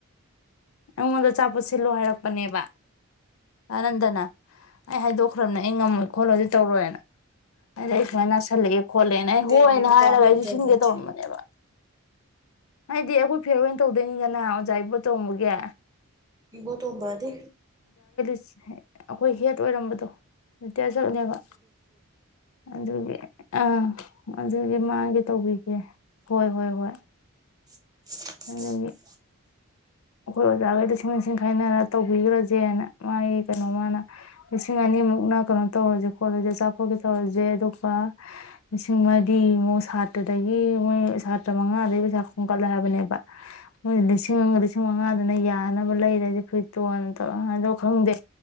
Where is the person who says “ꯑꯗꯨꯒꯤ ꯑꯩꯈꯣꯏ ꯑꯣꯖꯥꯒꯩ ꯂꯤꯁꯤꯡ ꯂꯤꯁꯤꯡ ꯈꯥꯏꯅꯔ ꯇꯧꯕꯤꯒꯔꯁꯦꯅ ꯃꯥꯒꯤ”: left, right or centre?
Left